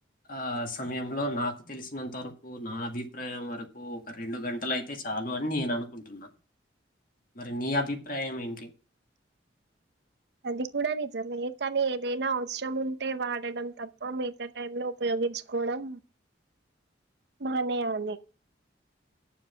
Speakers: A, on the left (about 50°); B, on the right (about 60°).
A: ఆ సమయంలో నాకు తెలిసినంత వరకు నా అభిప్రా వరకు ఒక రెండు గంటల అయితే చాలు అని నేను అనుకుంటున్నా మరి నీ అభిప్రాయం ఏంటి?
B: అది కూడా నిజమే కానీ ఏదైనా అవసరం ఉంటే వాడడం తప్ప మిగతా టైమ్ లో ఉపయోగ గెలుచుకోవడం మానే ఆనే